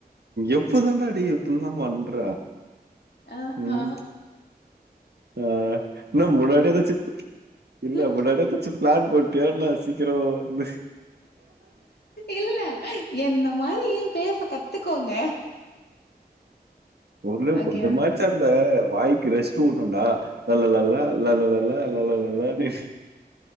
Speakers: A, on the right; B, on the left.
A: எப்பதாண்டா டேய் இப்டில்லா பண்ற
B: ஆஹா
A: உம் ஆ என்ன முன்னாடியதா சிப்பு இல்ல
B: ம்
A: முன்னாடியே எதாச்சு ப்ளான் போட்டியா நா சீக்கிரோ வரணு
B: இல்ல என்ன மாதிரியு பேச கத்துக்கோங்க
A: ஒர்ளவு
B: ஓகேவா
A: கொஞ்சமாச்சா அந்த வாய்க்கு ரெஸ்ட் வுட்ணுடா லல்ல லாலா லல்ல ல்லா லாலான்னு